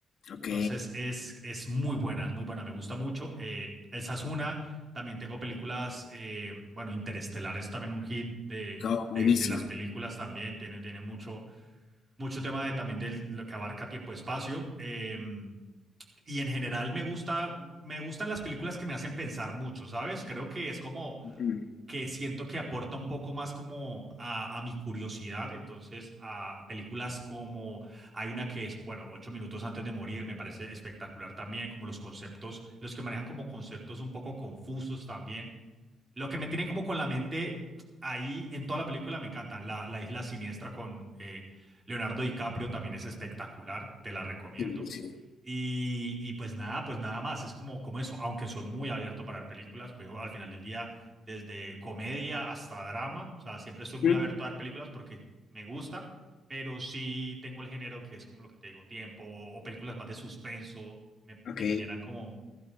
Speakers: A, on the left (about 55°); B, on the right (about 20°).
A: Ok.
B: Entonces es, es muy buena, es muy buena, me gusta mucho. Eh, esa es una. También tengo películas, eh, bueno, Interestelar es también un hit de,
A: Go, buenísimo.
B: de, de las películas también, tiene, tiene mucho, mucho tema de, también de lo que abarca tiempo-espacio. Eh, y en general me gusta, me gustan las películas que me hacen pensar mucho, ¿sabes? Creo que es como
A: Mm,
B: que siento que aporta un poco más como a, a mi curiosidad, entonces a películas como hay una que es, bueno, Ocho minutos antes de morir, me parece espectacular también, como los conceptos, los que manejan como conceptos un poco confusos también, lo que me tiene como con la mente ahí en toda la película me encanta. La, la Isla Siniestra con eh, Leonardo DiCaprio también es espectacular, te la recomiendo.
A: sí, sí.
B: Y, y pues nada, pues nada más, es como, como eso, aunque soy muy abierto para ver películas, veo al final del día desde comedia hasta drama, o sea, siempre estoy muy
A: Mm,
B: abierto a ver películas porque me gusta, pero sí tengo el género que es como lo que te digo, tiempo o películas más de suspenso, me, me
A: Ok,
B: generan como